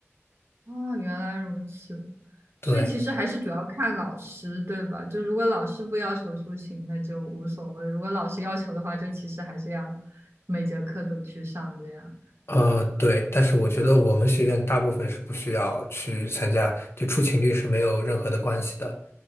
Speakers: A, on the right (about 60°); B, on the left (about 55°).
A: 哦，原来如此，
B: 对，
A: 所以其实还是主要看老师，对吧？就如果老师不要求出勤，那就无所谓；如果老师要求的话，就其实还是要每节课都去上这样。
B: 呃，对，但是我觉得我们学院大部分是不需要去参加，就出勤率是没有任何的关系的。